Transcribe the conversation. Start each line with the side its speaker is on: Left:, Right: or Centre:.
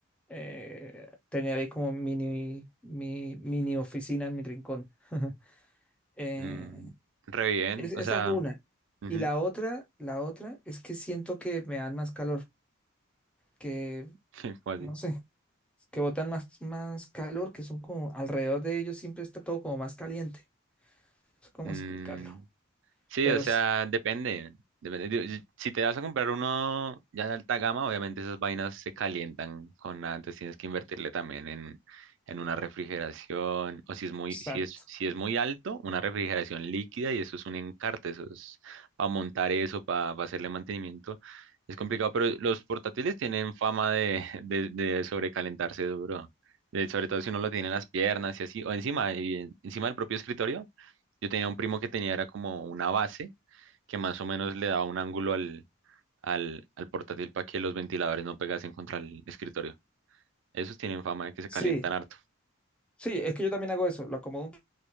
Centre: eh, tener ahí como mini, mi, mini oficina en mi rincón. <laughs> Eh,
Right: mm, re bien,
Centre: es- esa
Right: o sea,
Centre: es una.
Right: ujú,
Centre: Y la otra, la otra es que siento que me dan más calor, que
Right: <laughs> ¿cómo así?
Centre: no sé, que botan más, más calor, que son como alrededor de ellos siempre está todo como más caliente. sé cómo
Right: Mm,
Centre: explicarlo,
Right: Sí,
Centre: pero
Right: o sea,
Centre: sí,
Right: depende. Depende. Digo, y- Si te vas a comprar uno ya de alta gama, obviamente esas vainas se calientan con nada, entonces tienes que invertirle también en, en una refrigeración, o si es muy,
Centre: exacto.
Right: si es, si es muy alto, una refrigeración líquida y eso es un encarte, eso es para montar eso, para hacerle mantenimiento. Es complicado, pero los portátiles tienen fama de, <laughs> de, de sobrecalentarse duro, de- sobre todo si uno lo tiene en las piernas y así, o encima, y en- encima del propio escritorio. Yo tenía un primo que tenía, era como una base que más o menos le daba un ángulo al, al, al portátil para que los ventiladores no pegasen contra el escritorio. Esos tienen fama de que se
Centre: Sí,
Right: calientan harto.
Centre: sí, es que yo también hago eso, lo acomodo un